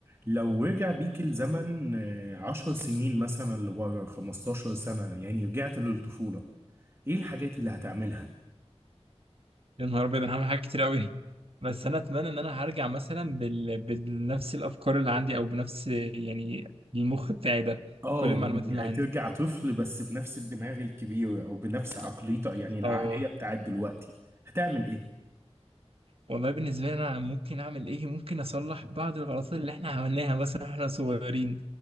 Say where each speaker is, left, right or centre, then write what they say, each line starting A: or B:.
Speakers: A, on the right (about 25°); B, on the right (about 60°).
A: لو رجع بيك الزمن آه، عشر سنين مثلا لورا خمستاشر سنة يعني رجعت للطفولة ايه الحاجات اللي هتعملها؟
B: يا نهار ابيض انا هعمل حاجات كتير قوي بس انا اتمنى ان انا هرجع مثلا بال... بنفس الافكار اللي عندي او بنفس يعني المخ بتاعي ده
A: اه
B: كل المعلومات
A: يعني
B: اللي عندي
A: هترجع طفل بس بنفس الدماغ الكبير او بنفس عقليته يعني العقلية
B: اه
A: بتاعت دلوقتي هتعمل ايه؟
B: والله بالنسبه لي انا ممكن اعمل ايه ممكن اصلح بعض الغلطات اللي احنا عملناها مثلا احنا صغيرين